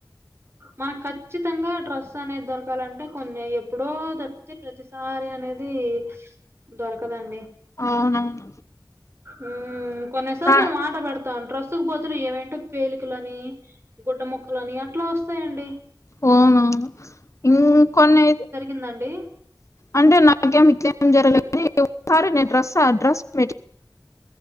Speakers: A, on the right; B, on the left.
A: మనక్ ఖచ్చితంగా డ్రస్ అనేది దొరకాలంటే కొన్ని ఎప్పుడో దప్పితే ప్రతిసారి అనేది దొరకదండి
B: అవునవును
A: ఊ కొన్నిసార్లు
B: కా
A: మనం ఆర్డర్ పెడత్ తాంట్ర రస్తుకు బదులు ఏవేంటో పేలికలని గుడ్డ మొక్కలని అట్లా వస్తాయండి
B: ఓను ఇంకొన్నైతే
A: ఇందండి
B: అంటే నాకేం ఇట్లేం జరగలేదు కానీ ఒకసారి నేన్ డ్రస్ అడ్రస్ పెట్